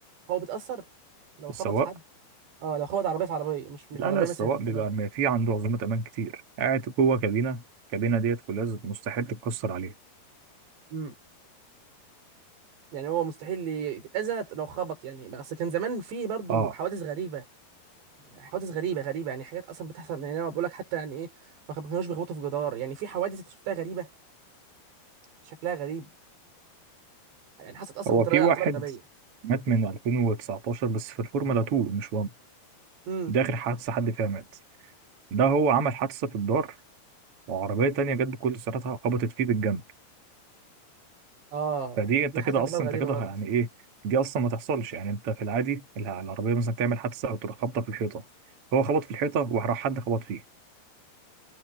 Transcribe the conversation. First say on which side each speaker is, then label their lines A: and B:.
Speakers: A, on the right; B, on the right.
A: هو بيتاثر لو
B: السواق
A: خبط في حد اه لو خبط عربيه في عربيه مش مش
B: لا
A: عربيه
B: لا السواق
A: مثلا في
B: بيبقى
A: جراج.
B: ما في عنده عزومات امان كتير قاعد جوه كابينه الكابينه ديت فولاذ مستحيل تتكسر عليه
A: امم يعني هو مستحيل يتأذى لو خبط يعني اصل كان زمان في برضو
B: اه
A: حوادث غريبه حوادث غريبه غريبه يعني حاجات اصلا بتحصل يعني انا بقول لك حتى يعني ايه ما كان- ما كانوش بيخبطوا في جدار يعني في حوادث انت شفتها غريبه شكلها غريب يعني حصلت اصلا
B: هو
A: بطريقه
B: في واحد
A: تعتبر غبيه
B: مات من 2019 بس في الفورمولا 2 مش 1
A: امم
B: ده اخر حادثه حد فيها مات ده هو عمل حادثه في الدار وعربيه تانية جت بكل سرعتها خبطت فيه بالجنب
A: اه
B: فدي انت
A: دي حاجه
B: كده
A: تعتبر
B: اصلا
A: غريبه
B: انت كده
A: برضه
B: يعني ايه دي اصلا ما تحصلش يعني انت في العادي الع- العربيه مثلا تعمل حادثه او تروح خبطه في الحيطه هو خبط في الحيطه وراح حد خبط فيه